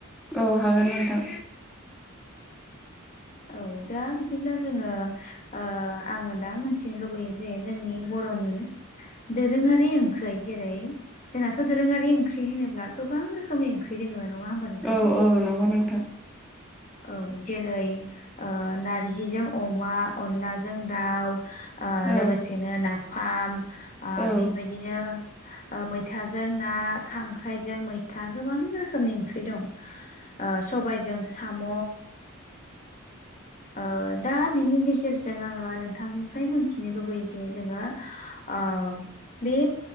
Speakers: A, in the centre; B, on the left.
A: औ हागोन नोंथां
B: औ दा बिदिब्ला जोङो ओ आङो दा मोनथिनो लुबैयो जे जोंनि बर'नि दोरोङारि ओंखै जेरै जोंनाथ दोरोङारि ओंख्रि होनोब गोबां रोखोमनि ओंख्रि दोङो नङा होमबा नोंथां?
A: औ औ नंगौ नोंथां
B: औ जेरै ओ नारजिजों अमा अनलाजों दाउ ओ
A: औ
B: लोगोसेनो नाफाम ओ
A: औ
B: बेबायदिनो मैथाजों ना खांख्राइजों मैथा गोबां रोखोमनि ओंख्रि दं ओ सबायजों साम
A: <inaudible>
B: ओ दा बिनि गेजेरजों आङो नोंथांनिफ्राय मोनथिनो लुबैयो जे जोङो आ बे